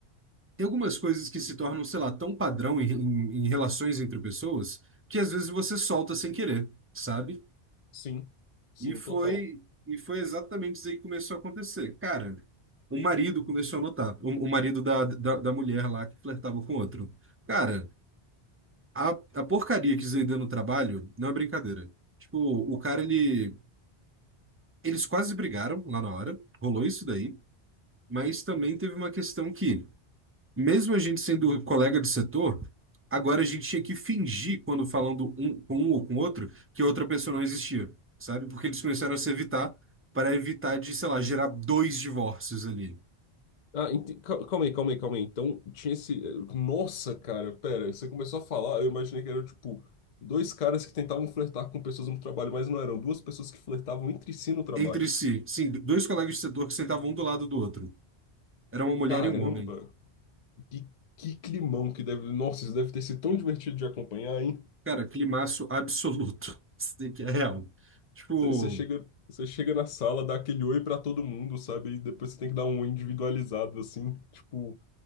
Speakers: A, on the right (about 20°); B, on the left (about 50°).
A: tem algumas coisas que se tornam, sei lá, tão padrão em, em, em relações entre pessoas, que às vezes você solta sem querer, sabe?
B: Sim, sim,
A: E foi,
B: total.
A: e foi exatamente isso aí que começou a acontecer. Cara, o marido começou a notar, o, o marido da, da, da mulher lá que flertava com o outro. Cara. A, a porcaria que Zaydan no trabalho não é brincadeira. Tipo, o cara, ele. Eles quase brigaram lá na hora, rolou isso daí, mas também teve uma questão que, mesmo a gente sendo colega de setor, agora a gente tinha que fingir quando falando um com um ou com outro que outra pessoa não existia, sabe? Porque eles começaram a se evitar para evitar de, sei lá, gerar dois divórcios ali
B: Ah, ente- cal- calma aí, calma aí, calma aí. Então, tinha esse. Nossa, cara, pera, você começou a falar, eu imaginei que eram, tipo, dois caras que tentavam flertar com pessoas no trabalho, mas não eram duas pessoas que flertavam entre si no trabalho.
A: entre si. Sim, dois colegas de setor que sentavam um do lado do outro. Era uma mulher
B: Caramba,
A: e um homem.
B: que, que climão que deve. Nossa, isso deve ter sido tão divertido de acompanhar, hein?
A: Cara, climaço absoluto. <laughs> Isso daqui é real. Tipo,
B: Você chega, você chega na sala, dá aquele oi pra todo mundo, sabe? E depois você tem que dar um oi individualizado, assim, tipo.